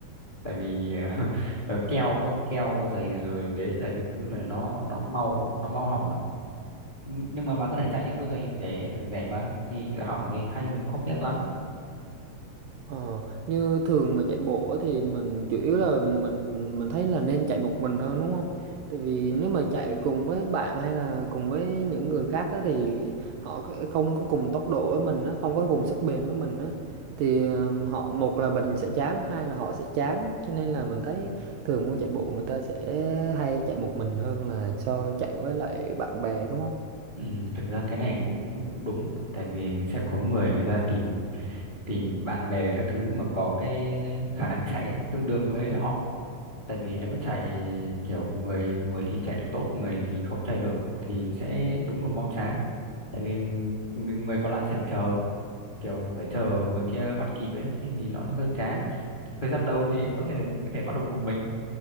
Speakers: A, on the left (about 25°); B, on the right (about 75°).
A: tại vì <laughs> ờ, keo keo dày rồi đế dày cái thứ này nó nó mau nó mau hỏng lắm nhưng
B: Ừ.
A: mà bạn có thể chạy những đôi giày rẻ rẻ, rẻ mà thì hỏng thì thay mình cũng hốc tiếc lắm
B: Ờ, như thường mà chạy bộ á thì mình chủ yếu là mình mình thấy là nên chạy một mình hơn đúng không? Tại vì nếu mà chạy cùng với bạn hay là cùng với những người khác á thì họ có- không có cùng tốc độ với mình á, không có cùng sức bền với mình á thì ờ, họ một là mình sẽ chán, hai là họ sẽ chán. Cho nên là mình thấy thường muốn chạy bộ người ta sẽ hay chạy một mình hơn là so chạy với lại bạn bè đúng không?
A: ừ, thực ra cái này cũng cũng đúng tại vì sẽ có người người ta tìm tìm bạn bè các thứ mà có cái khả năng chạy ấy, tương đương với họ tại vì nếu mà chạy kiểu người người thì chạy được tốt người thì không chạy được thì sẽ đúng là mau chán tại vì người người còn lại sẽ phải chờ kiểu phải chờ người kia bắt kịp ấy thế thì nó hơi chán thời gian đầu thì có thể là mình có thể bắt đầu một mình